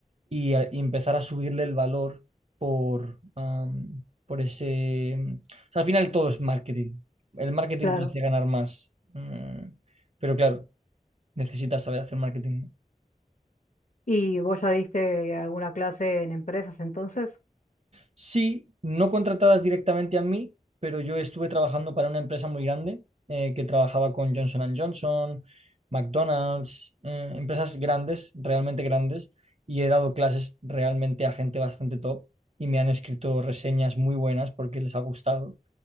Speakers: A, on the right; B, on the left.
A: y, a- y empezar a subirle el valor por, am, por ese... o sea, al final todo es marketing. El marketing
B: Claro.
A: te hace ganar más. Mm, pero claro, necesitas saber hacer marketing.
B: ¿Y vos ya diste alguna clase en empresas entonces?
A: Sí, no contratadas directamente a mí, pero yo estuve trabajando para una empresa muy grande eh, que trabajaba con Johnson and Johnson, McDonald's, eh, empresas grandes, realmente grandes, y he dado clases realmente a gente bastante top y me han escrito reseñas muy buenas porque les ha gustado.